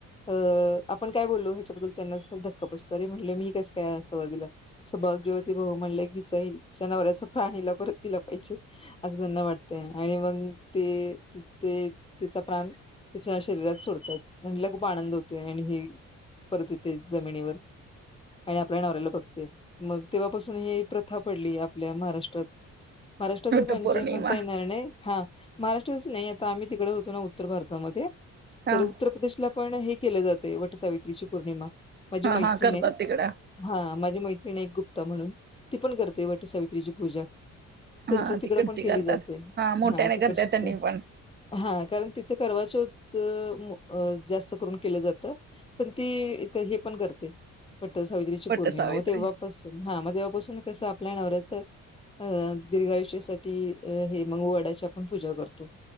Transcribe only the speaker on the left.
अ आपण काय बोललो ह्याच्याबद्दल त्यांना धक्का बसतो अरे म्हणले मी कस काय असा वर दिला. सौभाग्यवती भव म्हणले कि हिच्या हिच्या नवऱ्याचा प्राण हिला परत दिला पाहिजे. अस त्यांना वाटतय आणि मग ते ते तिचा प्राण त्याच्या शरीरात सोडतात मग हीला खूप आनंद होतोय आणि हे परत येतोय जमिनीवर. आणि आपल्या नवऱ्याला बघते मग तेव्हापासून ही प्रथा पडली आपल्या महाराष्ट्रात. महाराष्ट्रातच
म्हणजे
म्हणता येणार नाही. हा महाराष्ट्रातच नाही आता आम्ही तिकड होतो ना उत्तर भारतामध्ये
तर उत्तर प्रदेश पण हे केल जातय वट सावित्रीची पौर्णिमा. माझी
मैत्रिणी
आहे
हा माझी मैत्रिणी आहे एक गुप म्हणून ती पण करते वट सावित्रीची पूजा. त्यांच्या
तिकड
पण केली
जाते
हा <unintelligible>
हां कारण तिथे करवा चौत अ जास्त करून केल जात पण ती हे पण करते. वट सावित्रीची
पौर्णिमा,
मग तेव्हापासून हा मग तेव्हापासून कस आपल्या नवऱ्याच अ दीर्घायुष्यासाठी साठी हे मग वडाची आपण पूजा करतो.